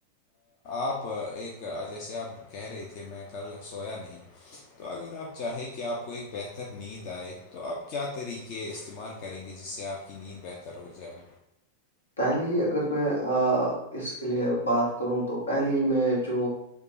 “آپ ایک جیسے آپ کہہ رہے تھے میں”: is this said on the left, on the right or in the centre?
Left